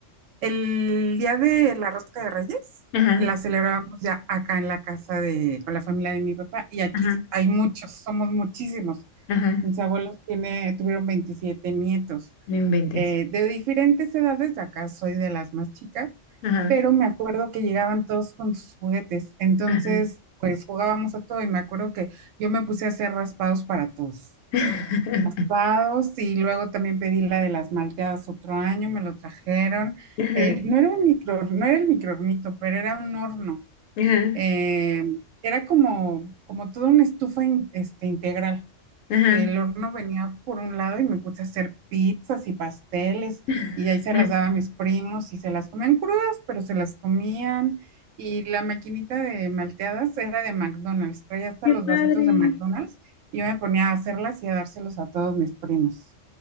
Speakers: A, on the right; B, on the left.
A: el día de la rosca de Reyes
B: ajá,
A: la celebramos ya acá en la casa de con la familia de mi papá y aquí
B: ajá,
A: hay muchos, somos muchísimos.
B: ajá,
A: Mis abuelos tiene, tuvieron 27 nietos
B: no inventes.
A: eh, de diferentes edades, de acá soy de las más chicas,
B: Ajá,
A: pero me acuerdo que llegaban todos con sus juguetes, entonces
B: ajá,
A: pues jugábamos a todo y me acuerdo que yo me puse a hacer raspados para todos
B: <laughs>
A: malteados, y luego también pedí la de las malteadas otro año, me lo trajeron.
B: ajá,
A: Eh, no era un micro, no era el microhornito, pero era un horno.
B: ajá,
A: Eh, era como, como toda una estufa in- este, integral.
B: ajá,
A: El horno venía por un lado y me puse a hacer pizzas y pasteles
B: <laughs>
A: y ahí se
B: ajá.
A: las daba a mis primos y se las comían crudas, pero se las comían. Y la maquinita de malteadas era de McDonald's, traía hasta
B: Qué
A: los
B: padre.
A: vasitos de McDonald's y yo me ponía a hacerlas y a dárselos a todos mis primos.